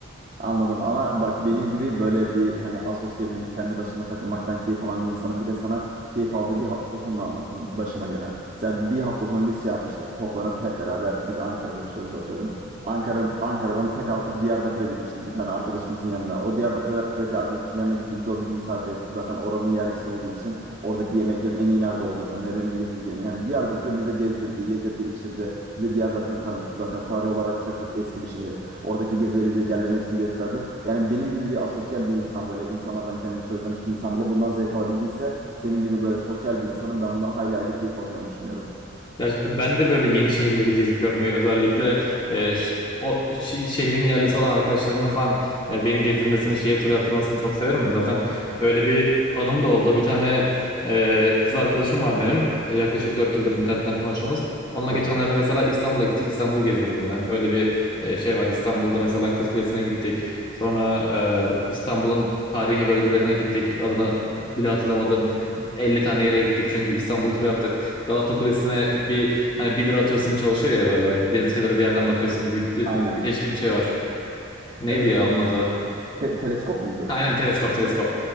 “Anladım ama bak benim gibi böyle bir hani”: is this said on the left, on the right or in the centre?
Right